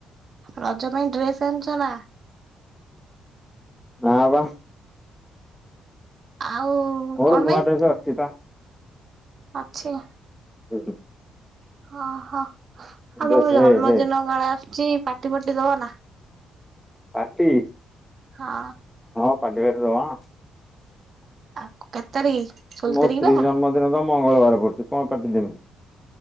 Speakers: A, on the right; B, in the centre.
A: ରଜ ପାଇଁ ଡ୍ରେସ୍ ଆଣିଚ ନା।
B: ନାଁ ବା।
A: ଆଉ
B: ମୋର
A: କଣ
B: ନୂଆ
A: ପାଇଁ
B: ଡ୍ରେସ ଅଛି ପା।
A: ଅଛି।
B: ହୁଁ।
A: ଓହୋ ଆଉ
B: ଡ୍ରେସ
A: ତମ
B: ହେ ହେ
A: ଜନ୍ମଦିନ କାଳେ ଆସୁଚି ପାଟି ପାଟି ଦବ ନା।
B: ପାଟି।
A: ହଁ।
B: ହଁ ପାଟିଫାଟି ଦବା।
A: ଆଉ କେତେ ତାରିଖ? ଷୋହଳ
B: ମୋ
A: ତାରିଖ
B: ସ୍ତ୍ରୀ
A: ବା
B: ଜନ୍ମଦିନ ତ ମଙ୍ଗଳବାର ପଡୁଛି କଣ ପାର୍ଟି ଦେମି?